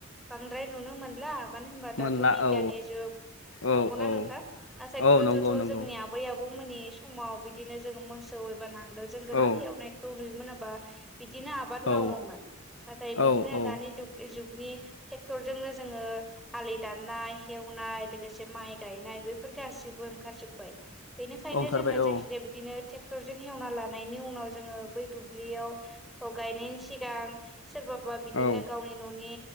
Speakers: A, in the centre; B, on the left (about 70°).
A: बांद्राय नुनो मोनला मानो होनबा
B: मोनला
A: दाथ' बिगियाननि
B: औ
A: जुग
B: औ
A: नंगौना
B: औ
A: नोंथां नाथाय
B: औ
A: गोदोथ'
B: नंगौ नंगौ
A: जोंनि आबै आबौमोननि समाव बिदिनो जों मोसौ एबा नांगोल जों गोबां
B: औ
A: हेवनायखौ नुयोमोन ओबा बिदिनो आबाद मावोमोन
B: औ
A: नाथाय बिदिनो
B: औ औ
A: दानि जुगनि ट्रेक्टरजोंनो जोङो आलि दाननाय हेवनाय लोगोसे माइ गायनाय बेैफोर गासि बो ओंखार जोबबाय बेनिखायनो
B: ओंखारबाय
A: जोङो जायखि
B: औ
A: जाया बिदिनो ट्रेक्टरजों हेवना लाना नायनि उनाव जोङो बै दुब्लियाव गायनायनि सिगां सोरबाबा बिदिनो
B: औ
A: गावनि न'नि